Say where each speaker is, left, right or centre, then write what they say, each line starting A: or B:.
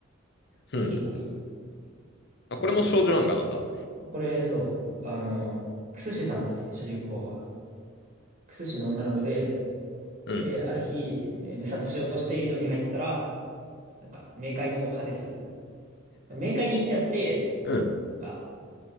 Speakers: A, on the right; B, on the left.
A: これ結構いいよ。
B: うん。あ、これも少女漫画なんだ。
A: そう。これ、そう、あの、クスシさんだね、主人公が。クスシの女の子で、
B: うん、
A: で、ある日、えー自殺しようとして井戸に入ったら、なんか、冥界のハデス、冥界に行っちゃって、
B: うん。
A: あ